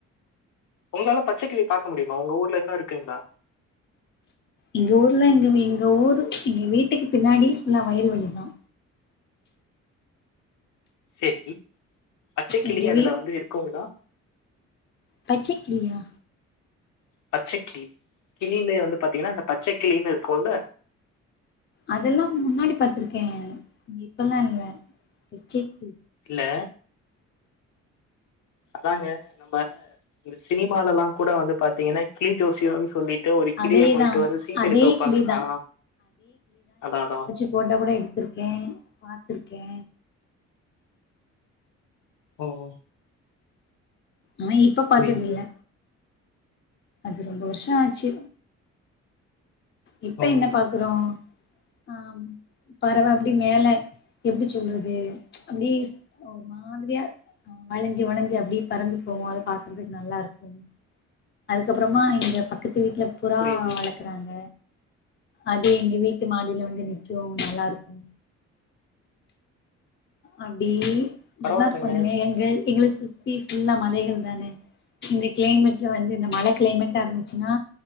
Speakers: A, on the left; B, on the left.
A: ஒங்களால பச்சகிளி பாக்க முடியுமா ஒங்க ஊர்ல இன்னு இருக்குங்க்லா
B: எங்க ஊர்ல எங்க வீ எங்க ஊர் எங்க வீட்டுக்கு பின்னாடி ஃபுல்லா வயல்வெளிதா
A: சேரி பச்சைக்கிளி
B: எங்க
A: அதுல
B: வீ
A: வந்து இருக்குங்களா
B: பச்சக்கிளியா
A: பச்சைக்கிளி கிளியிலே வந்து பாத்தீங்கன்னா அந்த பச்சைக்கிளின்னு இருக்கும்ல
B: அதெல்லா முன்னாடி பாத்திருக்கே இப்பெல்லா இல்ல பச்சைக்கிளி
A: இல்ல அதாங்க நம்ம இந்த சினிமாலலா கூட வந்து பாத்தீங்கன்னா கிளி ஜோசியோன்னு சொல்லி ஒரு கிளிய
B: அதேதா
A: கொண்டு வந்து சீட்டு
B: அதே
A: எடுக்க வைப்பாங்க
B: கிளிதா
A: ஆ அதா அதா
B: ஓட்ட கூட எடுத்திருக்கே பாத்துருக்கே
A: ஓஹோ
B: ஆ இப்ப பாத்ததில்ல
A: புரியுது
B: அது ரொம்ப வருஷ ஆச்சி இப்ப
A: ஓ
B: என்ன பாக்குறோ ஆமா பறவ அப்டி மேல எப்டி சொல்றது அப்டி ஸ் ஒரு மாதிரியா வளஞ்சி வளஞ்சி அப்டியே பறந்து போவு அத பாக்குறதுக் நல்லா இருக்கு அதுக்கப்புறமா எங்க பக்கத்து வீட்ல புறா
A: புரியுது
B: வளக் றாங்க அது எங்க வீட்டு மாடில வந்து நிக்கு நல்லா இருக்கு அப்டி
A: பரவாயில்லங்க
B: நல்லாருக்கு அந்த மே எங்கள் எங்கள சுத்தி ஃபுல்லா மலைகள் தானே இந்த கிளைமேட்ல வந்து இந்த மழ கிளைமேட்டா இருந்துச்சினா